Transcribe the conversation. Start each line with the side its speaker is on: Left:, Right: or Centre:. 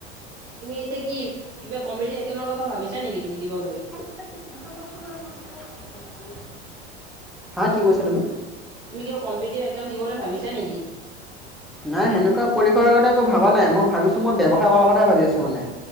Right: তুমি এতিয়া কি কিবা কম কথা ভাবিছা নেকি তুমি দিবলৈ।
Centre: <unintelligible> হা কি কৈছা তুমি?
Right: তুমি কিব কম্পিটিভ এক্সাম দিবলৈ ভাবিছা নেকি?
Centre: নাই সেনেকুৱা পৰিসাৰ কথা একো ভবা নাই মই ভাবিছো মই ব্যৱসায় কৰাৰ কথ ভাবি আছো মানে।